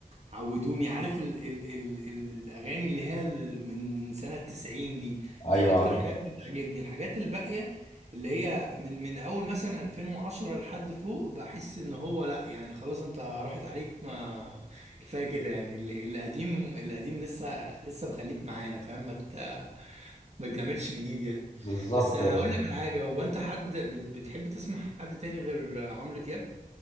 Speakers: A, on the right; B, on the left.
A: عودوني عارف ال ال ال الاغاني اللي هي ال- من من سنه 90 دي
B: ايوه
A: دي اكتر
B: عارف
A: حاجات بتعجبني الحاجات الباقيه اللي هي من من اول مثلا 2010 لحد فوق بحس ان هو لا يعني خلاص انت راحت عليك ما كفايه كده يعني ال- القديم القديم لسه لسه مخليك معانا فاهم ما ت- ما تعملش جديد يعني
B: بالظبط
A: بس هقول
B: يعني
A: لك على حاجه هو انت حد بت- بتحب تسمع حد تاني غير عمرو دياب